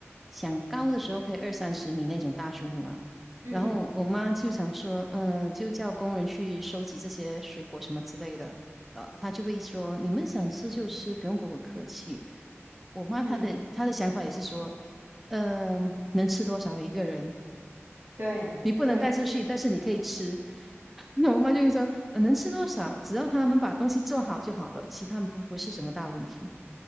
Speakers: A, in the centre; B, on the right (about 55°).
A: 想高的时候可以二三十米那种大树木啊。
B: 嗯
A: 然后我妈就想说，嗯、就叫工人去收集这些水果什么之类的，呃，她就会说，你们想吃就吃，不用跟我客气。我妈她的她的想法也是说，
B: 嗯，
A: 嗯、能吃多少一个人，
B: 对对。
A: 你不能带出去，但是你可以吃。<laughs> 那我妈就会说，呃能吃多少，只要他们把东西做好就好了，其他不不是什么大问题。